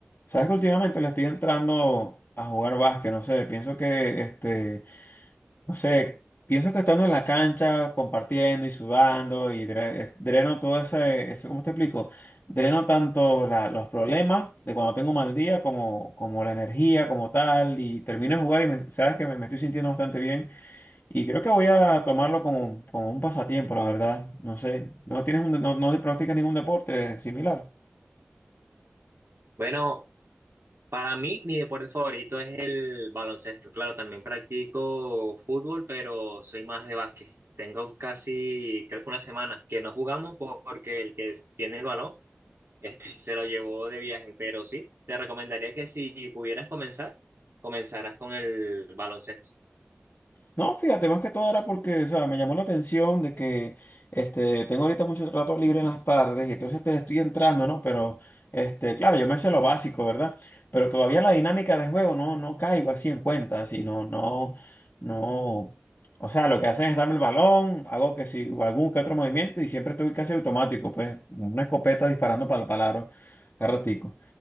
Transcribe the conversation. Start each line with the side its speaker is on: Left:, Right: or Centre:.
Left: Sabes que últimamente le estoy entrando a jugar básquet, no sé, pienso que, este, no sé, pienso que estando en la cancha, compartiendo y sudando y dre- eh, dreno todo ese, ese- ¿cómo te explico? Dreno tanto la- los problemas de cuando tengo mal día como, como la energía como tal y termino de jugar y me- sabes que me, me estoy sintiendo bastante bien y creo que voy a tomarlo como, como un pasatiempo, la verdad, no sé, ¿no tienes un, de- no, no practicas ningún deporte similar?
Right: Bueno, para mí mi deporte favorito es el baloncesto. Claro, también practico fútbol, pero soy más de básquet. Tengo casi, creo que una semana que no jugamos por- porque el que es- tiene el balón, este, <laughs> se lo llevó de viaje. Pero sí, te recomendaría que si pudieras comenzar, comenzaras con el baloncesto.
Left: No, fíjate, más que todo era porque, o sea, me llamó la atención de que este, tengo ahorita mucho rato libre en las tardes y entonces te le estoy entrando, ¿no? Pero, este, claro, yo me sé lo básico, ¿verdad? Pero todavía la dinámica de juego no, no caigo así en cuenta, así, no, no, no. O sea, lo que hacen es darme el balón, hago que si algún que otro movimiento y siempre estoy casi automático, pues, una escopeta disparando para el palaro, cada ratico.